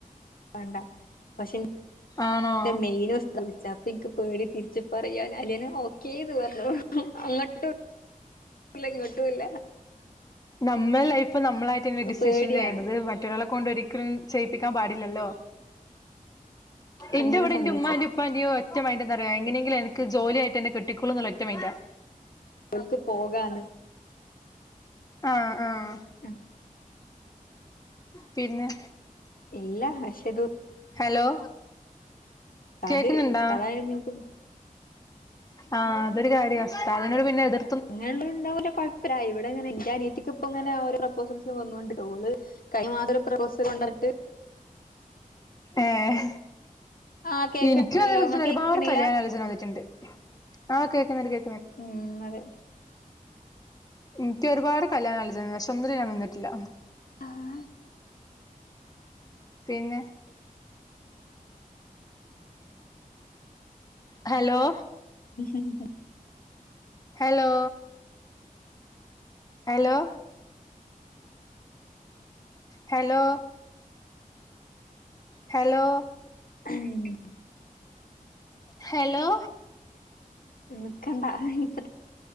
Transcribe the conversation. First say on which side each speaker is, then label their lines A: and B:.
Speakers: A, on the left (about 75°); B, on the left (about 25°).
A: വേണ്ട പഷേ ഇൻ
B: ആണോ
A: ൻ്റെ മെയിൻ ഉസ്താ വിളിച്ച അപ്പൊ എനിക്ക് പേടി തിരിച്ച് പറയാൻ അല്ല നു ഓക്കേന്ന് പറഞ്ഞു അങ്ങോട്ടും ല്ല ഇങ്ങോട്ടുംല്ല
B: നമ്മള ലൈഫ് നമ്മളായിട്ട്ന്നെ ഡിസിഷൻ
A: പേടിയാ
B: ചെയ്യേണ്ടത് മറ്റൊരാളെ കൊണ്ട് ഒരിക്കലും ചെയ്യിപ്പി നിക്കാൻ പാടില്ലല്ലോ
A: അങ്ങനെ
B: ഇന്റെ ഇവിടെ
A: സമ്മതിച്ചതാ
B: ന്റെ ഉമ്മ ന്റെ ഉപ്പ ൻ്റെരു ഒറ്റ മൈൻഡ് എന്താറിയോ എങ്ങനെങ്കിലും എനക്ക് ജോലി ആയിട്ട് എന്നെ കെട്ടിക്കുള്ളൂന്ന ഒറ്റ മെൻഡാ <inaudible>
A: അവൾക്ക് പോകാന്ന്
B: ആഹ് ആഹ്
A: ഉം
B: പിന്നെ
A: ഇല്ല പക്ഷെ ഇത്
B: ഹലോ
A: അത്
B: കേക്കുന്നുണ്ടാ
A: ഉസ്താദ് ആയിരുന്നിരിക്കും
B: ആഹ് അതൊരു കാര്യം ഉസ്താദിനോട് പിന്നെ എതിർ
A: ഇങ്ങനെള്ളോരുണ്ടാവലു കൊഴപ്പല്ല ആഹ് ഇവിടെങ്ങനെ ഇന്റെ അനിയത്തിക്ക് ഇപ്പ ഇങ്ങനെഓരോ പ്രൊപ്പോസൽസ് വന്നൊണ്ട് ഓള് കഴിഞ്ഞ മാസം ഒരു പ്രോപ്പോസല് കൊണ്ടന്നിട്ട്
B: ഏഹ്
A: ആഹ് കേക്ക്ണ്ടല്ലോ
B: എനിക്കും അതേപോലെ
A: ഇങ്ങൾ
B: തന്നെ
A: കേക്ക്ണില്ല
B: ഒരുപാട് കല്യാണാലോചന വന്നിട്ടുണ്ട് ആഹ് കേക്കുന്നുണ്ട് കേ
A: ഉം അതെ
B: എനിക്ക് ഒരുപാട് കല്യാണലോചന വന്നു പക്ഷേ ഒന്നിലും ഞാൻ നിന്നിട്ടില്ല
A: ആഹ്
B: പിന്നെ hello
A: <unintelligible>
B: hello hello hello hello
A: <unintelligible>
B: hello
A: നിക്കണ്ട ഇപ്പ